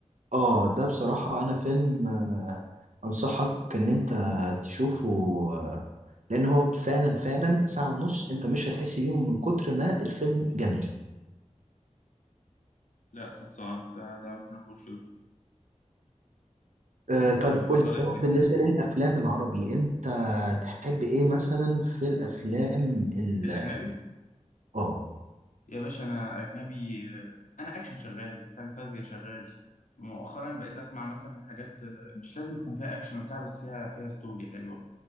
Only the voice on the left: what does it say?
لا خلصان ده ده ممكن اخش له.
انت
غلطني
الاجنبي
يا باشا انا اجنبي انا اكشن شغال فانتازيا شغال مؤخرا بقيت اسمع مثلا حاجات مش لازم يكون فيها اكشن وبتاع بس فيها فيها ستوري حلوه